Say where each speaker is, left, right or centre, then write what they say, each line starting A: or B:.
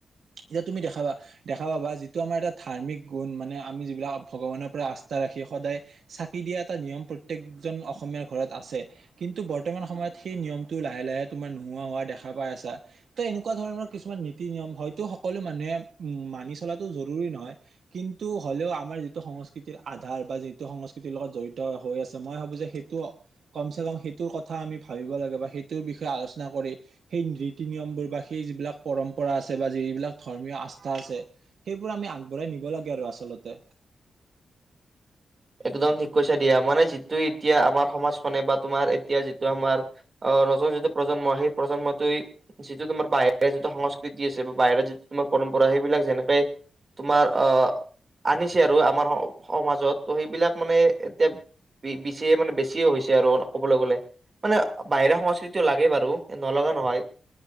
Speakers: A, on the right; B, on the right.
A: এতিয়া তুমি দেখাবা, দেখা পাবা যিটো আমাৰ এটা ধাৰ্মিক গুণ মানে আমি যিবিলাক ভগৱানৰ পৰা আস্থা আস্থা ৰাখি সদায় চাকি দিয়া এটা নিয়ম প্ৰত্যয়েকজন অসমীয়াৰ ঘৰত আছে। কিন্তু বৰ্তমান সময়ত সেই নিয়মটো লাহে-লাহে তোমাৰ নোহোৱা হোৱা দেখা পাই আছা। ত এনেকুৱা ধৰণৰ কিছুমান নীতি-নিয়ম হয়তো সকলো মানুহে, উম মানি চলাটো জৰুৰী নহয়। কিন্তু হ'লেও আমাৰ যিটো সংস্কৃতিৰ আধাৰ বা যিটো সংস্কৃতিৰ লগত জড়িত হয়, হৈ আছে মই ভাবো যে সেইটো কমচে কম সেইটোৰ কথা আমি ভাবিব লাগে বা সেইটোৰ বিষয়ে আলোচনা কৰি, সেই ৰীতি নিয়মবোৰ বা সেই যিবিলাক পৰম্পৰা আছে বা যিবিলাক ধৰ্মীয় আস্থা আছে সেইবোৰ আমি আগবঢ়াই নিব লাগে আৰু আচলতে
B: একদম ঠিক কৈছা দিয়া, মানে যিটো এতিয়া আমাৰ সমাজখনে বা তোমাৰ এতিয়া যিটো আমাৰ নতুন যিটো প্ৰজন্ম, সেই প্ৰজন্মটোৱে যিটো তোমাৰ বাহিৰা যিটো সংস্কৃতি আছে বা বাহিৰা যিটো তোমাৰ পৰম্পৰা সেইবিলাক যেনেকাই তোমাৰ অহ, আনিছে আৰু আমাৰ স সমাজত ত' সেইবিলাক মানে এতিয়া বি বিছিয়ে মানে বেছিয়ে হৈ গৈছে আৰু অলপ কবলে গ'লে। মানে বাহিৰা সংস্কৃতিও লাগে বাৰু নলগা নহয়।